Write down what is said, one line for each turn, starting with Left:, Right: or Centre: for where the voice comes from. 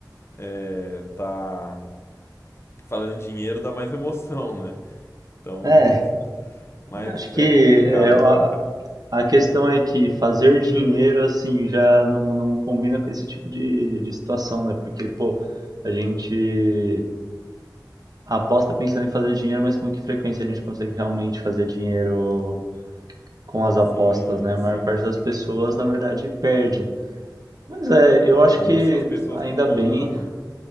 Left: é, tá falando em dinheiro, dá mais emoção, né? Então,
Right: É,
Left: mas
Right: Acho que
Left: é complicado,
Right: é, ó,
Left: cara.
Right: a questão é que fazer dinheiro assim já não, não combina com esse tipo de, de situação, né? Porque, pô, a gente aposta pensando em fazer dinheiro, mas com que frequência a gente consegue realmente fazer dinheiro com as
Left: Sim,
Right: apostas, né? A
Left: sim.
Right: maior parte das pessoas, na verdade, perde. Mas é, eu acho
Left: E
Right: que
Left: isso as pessoas
Right: ainda
Left: não contam,
Right: bem,
Left: né?